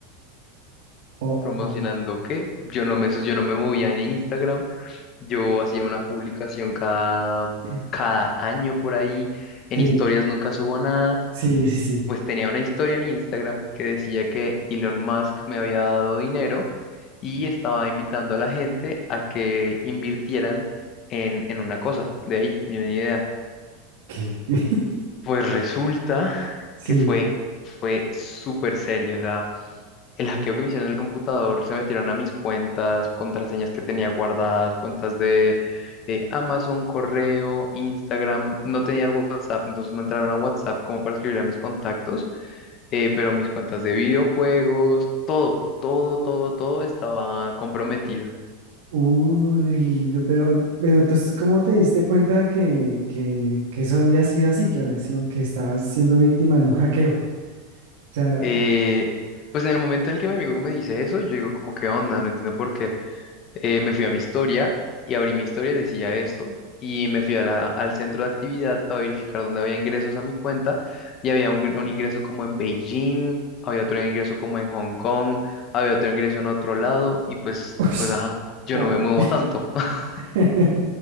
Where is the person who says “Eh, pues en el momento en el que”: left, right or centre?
Left